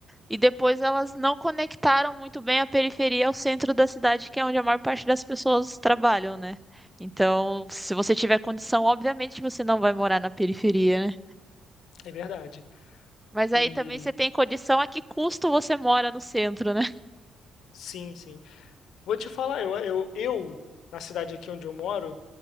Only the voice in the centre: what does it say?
e depois elas não conectaram muito bem a periferia ao centro da cidade, que é onde a maior parte das pessoas trabalham, né? Então, se você tiver condição, obviamente você não vai morar na periferia, né?
Mas aí
também você tem condição a que custo você mora no centro, né? <laughs>